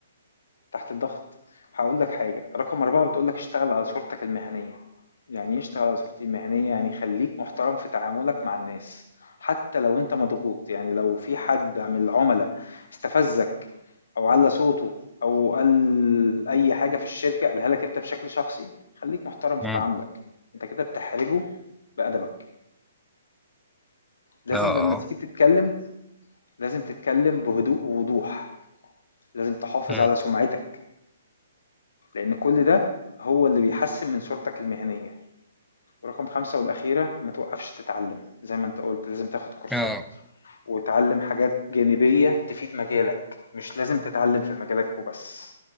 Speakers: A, on the left (about 65°); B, in the centre.
A: تحت الضغط هقول لك حاجة رقم أربعة بتقول لك اشتغل على صورتك المهنية يعني ايه اشتغل على صورتي المهنية يعني خليك محترم في تعاملك مع الناس حتى لو انت مضغوط يعني لو في حد من العملاء استفزك او على صوته او قال اي حاجة في الشركة قالها لك انت بشكل شخصي خليك محترم في
B: مم.
A: تعاملك انت كده بتحرجه بأدبك لازم
B: اه اه
A: لما تيجي تتكلم لازم تتكلم بهدوء ووضوح لازم تحافظ
B: مم.
A: على سمعتك لأن كل ده هو اللي بيحسن من صورتك المهنية ورقم خمسة والأخيرة ما توقفش تتعلم زي ما أنت قلت لازم تاخد كورسات
B: اه
A: وتعلم حاجات جانبية تفيد مجالك مش لازم تتعلم في مجالك وبس